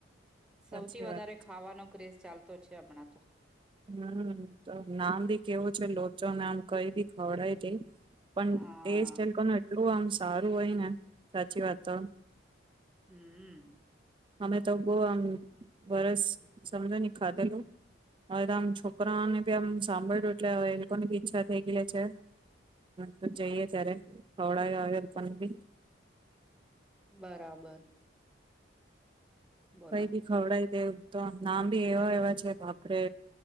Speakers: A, in the centre; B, on the right.
A: સૌથી
B: સાચી
A: વધારે
B: વાત
A: ખાવાનો ક્રેઝ ચાલતો છે હમણાં તો
B: હમ્મ, તો નામ ભી કેવું છે લોચો, નામ કઈ બી ખવડાય દઈ. પણ
A: હા
B: તે સેલ કોનું એટલું આમશ સારું હોય ને, સાચી વાત તો
A: હમ્મ.
B: અમે તો બવ આમ વરસ સમજો ની ખાધેલું. હવે તો આમ છોકરાને બી આમ સાંભળ એટલે એ લોકોની બી ઈચ્છા થઈ ગય છે તો જઈએ ત્યારે ખવડાવ્યા લોકોન બી
A: બરાબર. બોલો
B: કઈક ખવડાય તે તો નામ બી એવા એવા છે કાપરે.